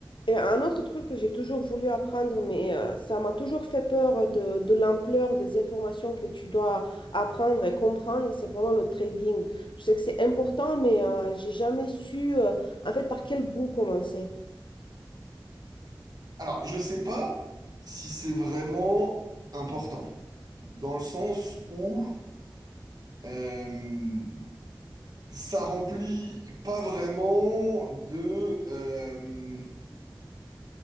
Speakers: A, on the left (about 80°); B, on the right (about 50°).
A: Et un autre truc que j'ai toujours voulu apprendre, mais euh, ça m'a toujours fait peur de, de l'ampleur des informations que tu dois apprendre et comprendre, c'est vraiment le trading. Je sais que c'est important, mais euh, j'ai jamais su euh, en fait par quel bout commencer.
B: Alors, je sais pas si c'est vraiment important, dans le sens où euh, ça remplit pas vraiment de, euh,